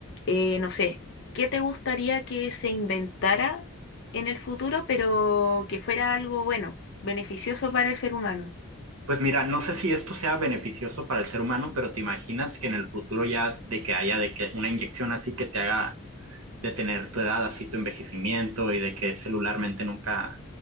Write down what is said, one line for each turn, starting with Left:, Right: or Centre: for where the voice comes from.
Left: eh, no sé, ¿qué te gustaría que se inventara en el futuro, pero que fuera algo bueno, beneficioso para el ser humano?
Right: Pues mira, no sé si esto sea beneficioso para el ser humano, pero te imaginas que en el futuro ya de que haya de que una inyección así que te haga detener tu edad, así tu envejecimiento y de que celularmente nunca